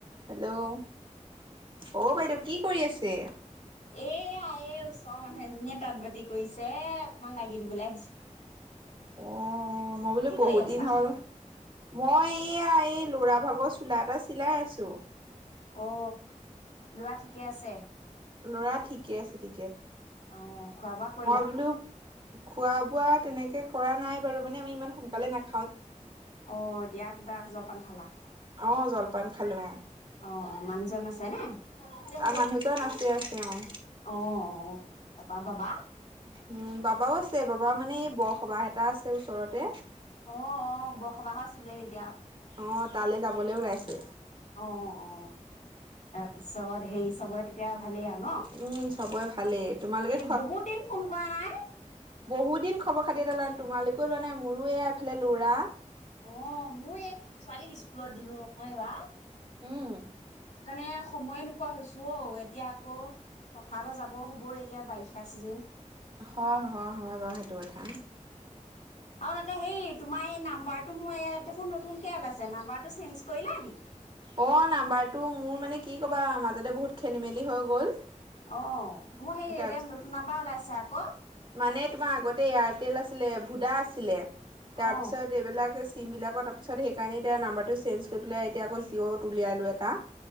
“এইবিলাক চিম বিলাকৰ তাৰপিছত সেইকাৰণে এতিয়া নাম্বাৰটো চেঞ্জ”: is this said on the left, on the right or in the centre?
Right